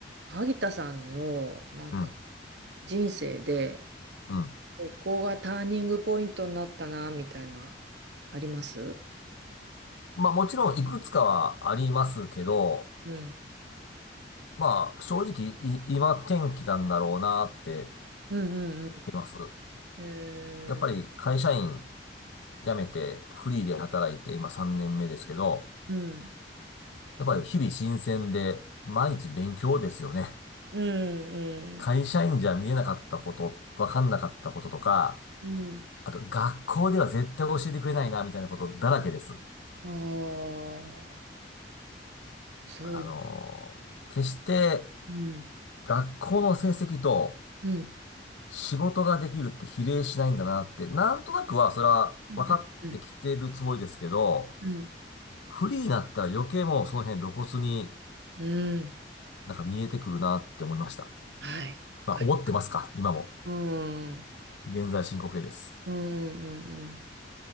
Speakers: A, on the right; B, on the left.
A: 萩田さんのなんか
B: うん、
A: 人生で
B: うん。
A: ここがターニングポイントになったなみたいなあります
B: まあもちろんいくつかはありますけど、
A: うん
B: まあ正直い今天気なんだろうなって言っ
A: うんうんうん。
B: てます。
A: えー、
B: やっぱり会社員辞めてフリーで働いて今3年目ですけど、
A: うん
B: やっぱり日々新鮮で毎日勉強ですよね。
A: うん
B: 会社員じゃ見えなかったこと、わかんなかったこととか、
A: うん
B: あと学校では絶対教えてくれないなみたいなことだらけです。
A: うん。ああ、そう。
B: あのー決して
A: うん
B: 学校の成績と
A: うん
B: 仕事ができるって比例しないんだなって、なんとなくはそれは分かってきてるつもりですけど、
A: うんうんうん
B: フリーになったら余計もうその辺露骨に
A: うん
B: なんか見えてくるなって思いました。
A: はい、わかる。
B: まあ思ってますか今も。
A: うんうん
B: 現在進行形です。
A: うんうんうん。